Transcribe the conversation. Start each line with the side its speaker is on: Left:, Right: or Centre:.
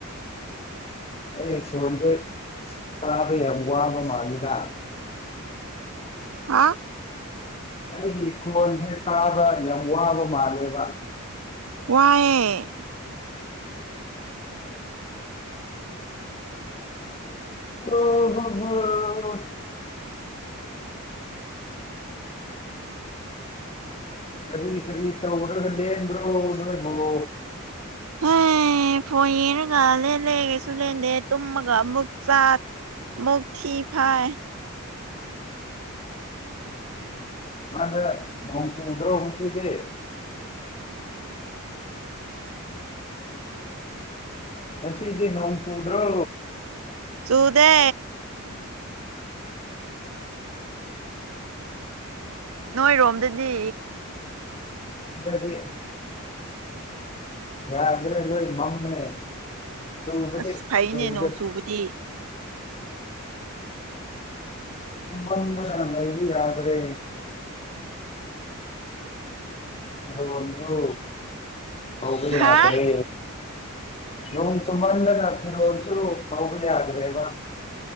Left: ꯑꯩ ꯈꯣꯟꯖꯦ ꯇꯥꯕ ꯌꯥꯝ ꯋꯥꯕ ꯃꯥꯜꯂꯤꯗ
Right: ꯍꯥꯥ
Left: ꯑꯩꯒꯤ ꯈꯣꯟꯖꯦ ꯇꯥꯕ ꯌꯥꯝ ꯋꯥꯕ ꯃꯥꯜꯂꯦꯕꯥ
Right: ꯋꯥꯏꯌꯦ
Left: ꯑꯥꯍꯥꯍꯥ ꯀꯔꯤ ꯀꯔꯤ ꯇꯧꯔꯒ ꯂꯦꯟꯕ꯭ꯔꯣ ꯅꯣꯏꯕꯣ
Right: ꯍꯦ ꯐꯣꯟ ꯌꯦꯡꯉꯒ ꯂꯦꯜꯂꯦ ꯁꯨ ꯂꯦꯟꯗꯦ ꯇꯨꯝꯃꯒ ꯑꯃꯨꯛ ꯆꯥ ꯃꯨꯛ ꯊꯤ ꯐꯥꯏ
Left: ꯑꯗ ꯅꯣꯡ ꯆꯨꯗ꯭ꯔꯣ ꯉꯁꯤꯗꯤ <inaudible> ꯉꯁꯤꯗꯤ ꯅꯣꯡ ꯆꯨꯗ꯭ꯔꯣ
Right: ꯆꯨꯗꯦ ꯅꯣꯏꯔꯣꯝꯗꯗꯤ
Left: ꯁꯤꯗꯗꯤ ꯌꯥꯗ꯭ꯔꯦ ꯂꯣꯏ ꯃꯝꯃꯦ ꯆꯨꯕꯗꯤ
Right: ꯑꯁ ꯐꯩꯅꯦ
Left: ꯆꯨꯗꯦ
Right: ꯅꯣꯡ ꯆꯨꯕꯗꯤ
Left: ꯆꯨꯝꯃꯟꯗꯅ ꯂꯩꯕ ꯌꯥꯗ꯭ꯔꯦ ꯐꯤ ꯔꯣꯟꯁꯨ ꯐꯧꯕ ꯌꯥꯗ꯭ꯔꯦ
Right: ꯍꯥ
Left: ꯅꯣꯡ ꯆꯨꯃꯟꯗꯅ ꯐꯤꯔꯣꯜꯁꯨ ꯐꯧꯕ ꯌꯥꯗ꯭ꯔꯦꯕꯥ